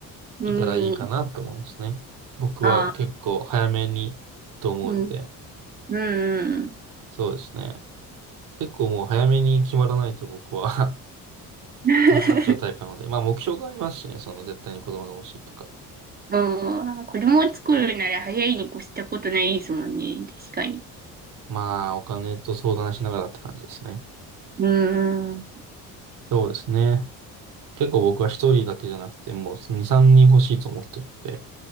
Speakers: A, on the right; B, on the right.
A: うん、
B: いたらいいかなと思いますね。僕は結構早めにと思うので、
A: ああ、うん、うん、うん。
B: そうですね。結構もう早めに決まらないと僕は <laughs>
A: <laughs>
B: 不安になっちゃうタイプなので、まあ目標がありますしね、その絶対に子供が欲しいとか。
A: うん、子供を作るなら早いに越したことないですもんね。確かに。
B: まあお金と相談しながらって感じですね。
A: うん。
B: そうですね。結構僕は一人だけじゃなくて、もう2、3人欲しいと思ってるので、